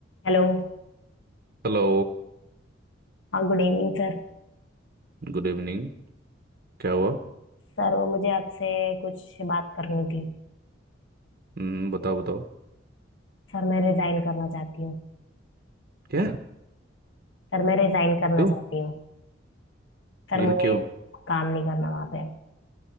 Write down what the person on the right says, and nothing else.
हेलो
Good evening क्या हुआ
हम्म बताओ बताओ
क्या
क्यों
लेकिन
क्यों